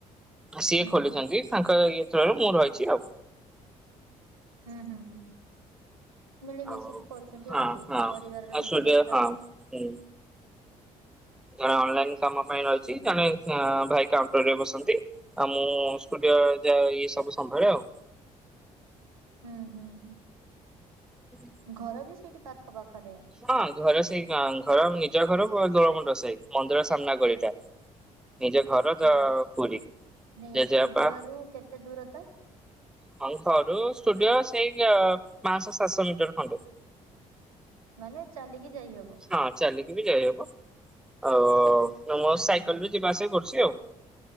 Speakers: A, in the centre; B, on the right.
A: ସିଏ
B: ହୁଁ
A: ଖୋଲିଛନ୍ତି।
B: ହୁଁ ହୁଁ।
A: ତାଙ୍କ ଇଏ ଥ୍ରୋରୁ ମୁଁ ରହିଛି ଆଉ।
B: ହୁଁ ହୁଁ ହୁଁ ମିଳିମିଶିକି
A: ଆଉ
B: କରୁଛନ୍ତି
A: ହଁ
B: ଆଉ
A: ହଁ
B: ପରିବାରର
A: ଆଉ
B: ବିଜନେସ
A: ସୂର୍ଯ୍ୟ
B: ଟା।
A: ହଁ ହୁଁ। ଜଣେ ଅନଲାଇନ କାମ ପାଇଁ ରହିଛି
B: ହୁଁ
A: ଜଣେ ହ ଭାଇ କାଉଣ୍ଟରରେ ବସନ୍ତି ଆଉ ମୁଁ ଷ୍ଟୁଡିଓ ଯ ଇଏ ସବୁ ସମ୍ଭାଳେ ଆଉ।
B: ହୁଁ ହୁଁ ହୁଁ।
A: ହୁଁ <unintelligible>
B: ଘର ବି ସେଇଠି ପାଖ ପାଖରେ।
A: ହଁ ଘରେ ସେଇ ଘର ନିଜ ଘର ଦୋଳମଣ୍ଡ ସାହି ମନ୍ଦିର ସାମ୍ନା ଗଳିଟା। ନିଜ ଘର ତ
B: ହୁଁ
A: ପୁରୀ
B: ନାଇଁ
A: ଜେଜେବାପା
B: ଷ୍ଟୁଡିଓ ରୁ କେତେ ଦୂରତା?
A: ହଁ ଘରୁ ଷ୍ଟୁଡିଓ ସେଇ ପାଞ୍ଚଶହ ସାତଶହ ମିଟର ଖଣ୍ଡେ।
B: ମାନେ ଚାଲିକି ଯାଇ ହବ?
A: ହଁ ଚାଲିକି ବି ଯାଇହବ ଆଉ ମୋ
B: ହୁଁ
A: ସାଇକେଲ
B: ହୁଁ।
A: ବି ଯିବାଆସିବା କରୁଛି ଆଉ।